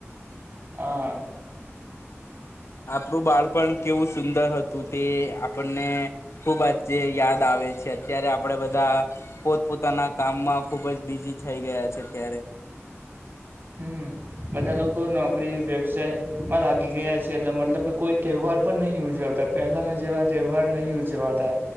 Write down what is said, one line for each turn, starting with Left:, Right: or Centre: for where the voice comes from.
Right: હા
Left: આપણું બાળપણ કેવું સુંદર હતું તે આપણને ખૂબ જ યાદ આવે છે અત્યારે આપણેે બધા પોતપોતાના કામમાં ખૂબ જ બિઝી થઈ ગયા છે ત્યારે
Right: હમ્મ બધા લોકો નોકરી વ્યવસાયમાં લાગી ગયા છે એટ મતલબ કે કોઈ તહેવાર પણ નહી ઉજવતા પહેલાના જેવા તહેવાર નહી ઉજવાતા